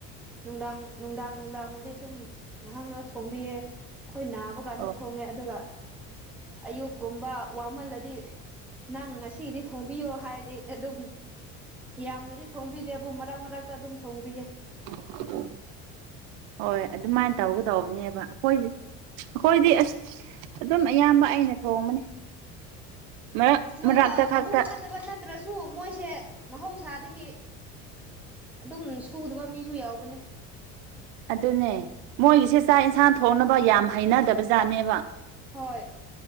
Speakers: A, in the centre; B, on the right (about 85°).
A: ꯅꯨꯡꯗꯥꯡ ꯅꯨꯡꯗꯥꯡ ꯅꯨꯡꯗꯥꯡꯕꯨꯗꯤ ꯑꯗꯨꯝ ꯉꯍꯥꯛ ꯉꯍꯥꯛ ꯊꯣꯡꯕꯤꯌꯦ ꯈꯣꯏ ꯅꯥꯕ ꯀꯥꯟꯗ
B: ꯑꯣ
A: ꯊꯣꯡꯉꯦ ꯑꯗꯨꯒ ꯑꯌꯨꯛꯀꯨꯝꯕ ꯋꯥꯃꯜꯂꯗꯤ ꯅꯪ ꯉꯁꯤꯒꯤꯗꯤ ꯊꯣꯡꯕꯤꯌꯣ ꯍꯥꯏꯔꯗꯤ ꯑꯗꯨꯝ ꯌꯥꯝꯅꯗꯤ ꯊꯣꯡꯕꯤꯗꯦꯕꯨ ꯃꯔꯛ ꯃꯔꯛꯇ ꯑꯗꯨꯝ ꯊꯣꯡꯕꯤꯌꯦ
B: <unintelligible> ꯍꯣꯏ ꯑꯗꯨꯃꯥꯏꯟ ꯇꯧꯒꯗꯧꯕꯅꯦꯕ ꯑꯈꯣꯏꯗꯤ ꯑꯈꯣꯏꯗꯤ ꯑꯁ ꯑꯗꯨꯝ ꯑꯌꯥꯝꯕ ꯑꯩꯅ ꯊꯣꯡꯕꯅꯤ ꯃꯔꯛ
A: ꯃꯣꯏꯅ
B: ꯃꯔꯛꯇ ꯈꯛꯇ
A: ꯃꯕꯨꯛ ꯐꯠꯇꯕ ꯅꯠꯇ꯭ꯔꯁꯨ ꯃꯣꯏꯁꯦ ꯃꯍꯧꯁꯥꯗꯒꯤ ꯑꯗꯨꯝ ꯁꯨꯗꯕ ꯃꯤꯁꯨ ꯌꯥꯎꯕꯅꯦ
B: ꯑꯗꯨꯅꯦ ꯃꯣꯏꯒꯤꯁꯦ ꯆꯥꯛ ꯑꯦꯟꯁꯥꯡ ꯊꯣꯡꯅꯕ ꯌꯥꯝ ꯍꯩꯅꯗꯕ ꯖꯥꯠꯅꯦꯕ
A: ꯍꯣꯏ